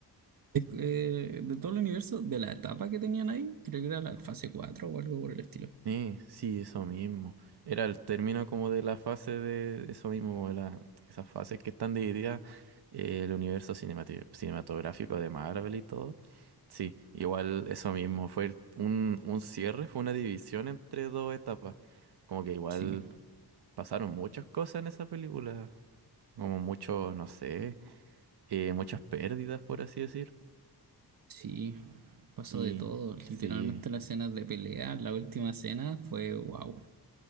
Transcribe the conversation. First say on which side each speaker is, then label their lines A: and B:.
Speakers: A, on the right; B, on the right.
A: es- eh, de todo el universo, de la etapa que tenían ahí. Creo que era la fase 4 o algo por el estilo.
B: Eh, sí, eso mismo. Era el término como de la fase de eso mismo, de la, esas fases que están divididas, eh, el universo cinemati- cinematográfico de Marvel y todo. Sí, igual eso mismo, fue el- un, un cierre, fue una división entre dos etapas. Como que igual...
A: Sí,
B: Pasaron muchas cosas en esa película, como mucho, no sé, eh, muchas pérdidas, por así decir.
A: sí. Pasó
B: Y
A: de todo.
B: sí,
A: Literalmente las escenas de pelea, la última escena fue wow.